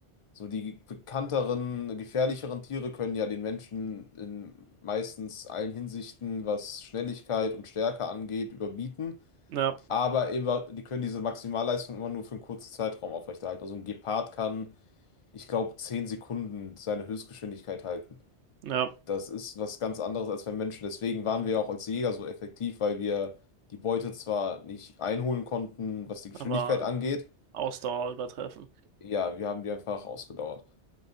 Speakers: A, on the left; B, on the right.
A: so die bekannteren, gefährlicheren Tiere können ja den Menschen in meistens allen Hinsichten, was Schnelligkeit und Stärke angeht, überbieten.
B: ja,
A: Aber immer, die können diese Maximalleistung immer nur für einen kurzen Zeitraum aufrechterhalten. Also ein Gepard kann, ich glaube, 10 Sekunden seine Höchstgeschwindigkeit halten.
B: ja,
A: Das ist was ganz anderes als beim Menschen. Deswegen waren wir auch als Jäger so effektiv, weil wir die Beute zwar nicht einholen konnten, was die Geschwindigkeit
B: aber
A: angeht.
B: Ausdauer übertreffen.
A: Ja, wir haben die einfach ausgedauert.